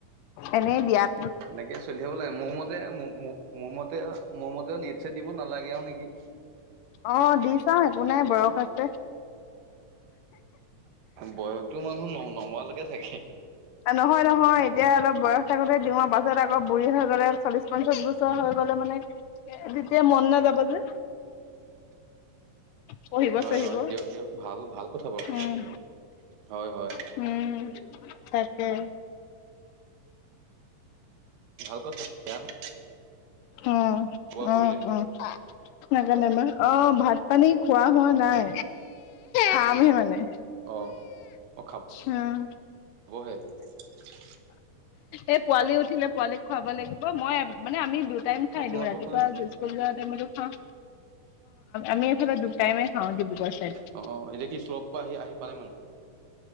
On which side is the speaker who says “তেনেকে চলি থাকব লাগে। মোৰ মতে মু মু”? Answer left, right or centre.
Right